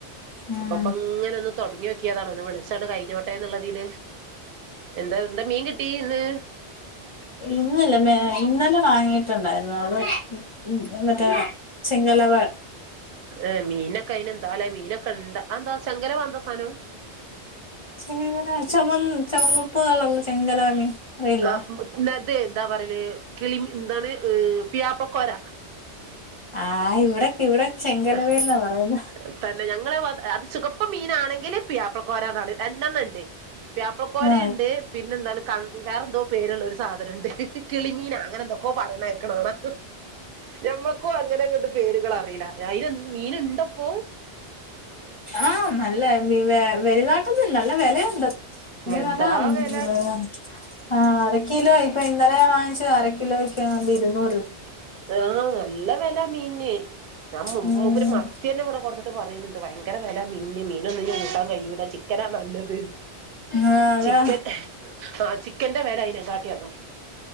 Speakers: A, on the left; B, on the right.
A: ഉം
B: അപ്പ പ്പ ഇങ്ങനൊന്ന് തൊടങ്ങിയൊ ക്കിയതാണ് ഇന്ന് വിളിച്ചാണ്ട് കഴിഞ്ഞോട്ടേ ന്നുള്ളതിൽ എന്താ എന്താ മീൻ കിട്ടി ഇന്ന്
A: ഇന്നില്ല ഇന്നലെ വാങ്ങിയിട്ടുണ്ടായിരുന്നു അത് ഉം ഉം ന്നട്ട് ചെങ്ലവ
B: ഏഹ് മീനൊക്കെ അയിന് എന്താലെ മീനൊക്കെ ണ്ട അതെന്താ ചെങ്കലവ അതെന്താ സാധനം
A: ചെങ്കലവാ ചുമന്ന ചുമപ്പ് കളറിലെ ചെങ്കലവ മീൻ അറിയില്ല
B: ആഹ് നത് എന്താ പറയല് കിളിമീ എന്താണ് പുയ്യാപ്ലകോര
A: ആഹ് ഇവിടെക്കെ ഇവിടെ ചെങ്കലവേന്നാ
B: ആഹ്
A: പറയുന്നെ
B: തന്നെ ഞങ്ങള പാത് അത് ചുകപ്പ് മീനാണെങ്കില് പുയ്യാപ്ലക്കോരന്നാണ് രണ്ടെണ്ണം ഉണ്ട് പുയ്യാപ്ലക്കോര
A: ആ
B: ഇണ്ട് പിന്നെ എന്താണ് കൺ വേറെന്തോ പേരുള്ള ഒരു സാധനംണ്ട് കിളി മീനൊ അങ്ങനെന്തൊക്കൊ പറിണ കേക്കണ കാണാ അമ്മക്കും അങ്ങനെങ്ങട്ട് പേര്കളറീല അയിന് മീൻ ഇണ്ടപ്പോ
A: ആഹ് നല്ല വി വെ വലുതായിട്ടൊന്നുല്ല നല്ല വെലയുണ്ട് <unintelligible>
B: എന്താ വില
A: ആഹ് അര കിലോ ഇപ്പൊ ഇന്നലെയാ വാങ്ങിച്ചത് അര കിലോ ക്യട്ഇരുന്നൊ
B: ആഹ് നല്ല വെല മീനിന് ഞാൻ മു
A: ഉം
B: മൂപ്പര് മ കുട്ടി തന്നെ ഇവിടെ കൊടന്നിട്ട് പറയണ്ണ്ട് ഭയങ്കര വെലയ മീനിന് മീനൊന്നും ഇനി കൂട്ടാൻ കഴിയൂല ചിക്കനാ നല്ലത്
A: ആ അതാ
B: ചിക്കൻ ആഹ് ചിക്കന്റെ വെല അയിനെ കാട്ടിയ ട്ടൊ